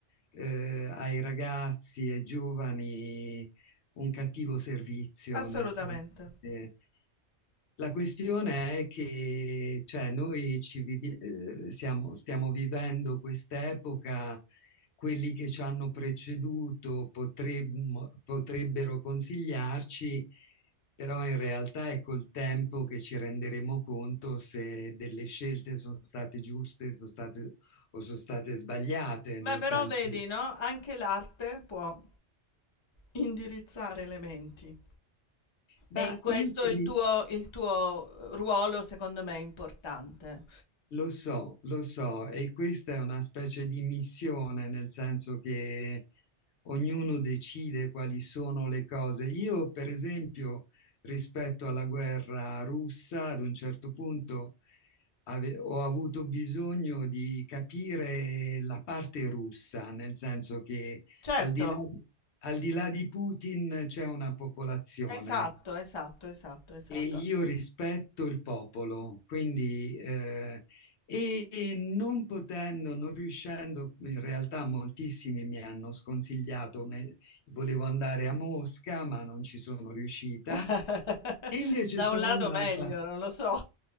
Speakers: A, on the left; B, on the left.
A: eh, ai ragazzi e giovani un cattivo servizio,
B: Assolutamente.
A: nel senso che la questione è che cioè, noi ci vivi- eh, siamo- stiamo vivendo quest'epoca quelli che ci hanno preceduto potremmo- potrebbero consigliarci, però in realtà è col tempo che ci renderemo conto se delle scelte sono state giuste, sono state o sono state sbagliate,
B: Beh,
A: nel
B: però
A: senso...
B: vedi, no? Anche l'arte può indirizzare le menti.
A: Ma
B: E in questo
A: io ti
B: il
A: di-
B: tuo il tuo ruolo secondo me è importante.
A: lo so, lo so, e questa è una specie di missione, nel senso che ognuno decide quali sono le cose. Io, per esempio, rispetto alla guerra russa, ad un certo punto ave- ho avuto bisogno di capire la parte russa, nel senso che
B: Certo,
A: al di là, di, al di là di Putin c'è una popolazione
B: esatto, esatto, esatto, esatto.
A: e io rispetto il popolo, quindi eh, e e non potendo, non riuscendo, in realtà moltissimi mi hanno sconsigliato, me- volevo andare a Mosca, ma non ci sono riuscita,
B: <laughs>
A: e invece
B: Da
A: sono
B: un lato
A: andata.
B: meglio, non lo so.